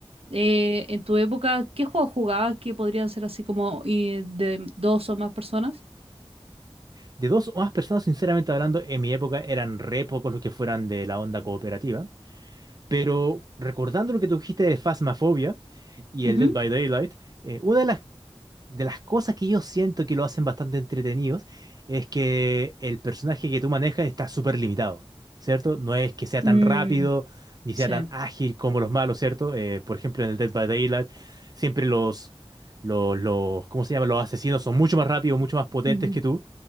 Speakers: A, on the right; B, on the right.
A: Eh, en tu época, ¿qué juegos jugabas que podrían ser así como eh, de dos o más personas?
B: De dos o más personas, sinceramente hablando, en mi época eran re pocos los que fueran de la onda cooperativa. Pero recordando lo que tú dijiste de Phasmophobia y
A: Ujú.
B: el Dead by Daylight, eh, una de las, de las cosas que yo siento que lo hacen bastante entretenidos es que el personaje que tú manejas está súper limitado, ¿cierto? No es que sea tan
A: Mm,
B: rápido ni sea
A: sí.
B: tan ágil como los malos, ¿cierto? Eh, por ejemplo, en el Dead by Daylight, siempre los, los, los, ¿cómo se llama? Los asesinos son mucho más rápidos, mucho más potentes
A: Ujú.
B: que tú.